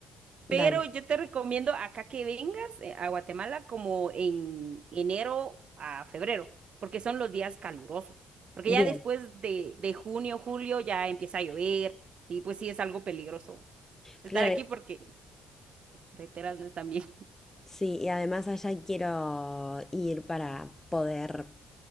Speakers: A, on the left (about 15°); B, on the right (about 55°).
A: dale,
B: Pero yo te recomiendo acá que vengas eh, a Guatemala como en enero a febrero, porque son los días calurosos. Porque
A: bien.
B: ya después de, de junio, julio ya empieza a llover y pues sí es algo peligroso estar
A: Claro,
B: aquí
A: y-
B: porque las carreteras no están bien. <laughs>
A: sí, y además allá quiero ir para poder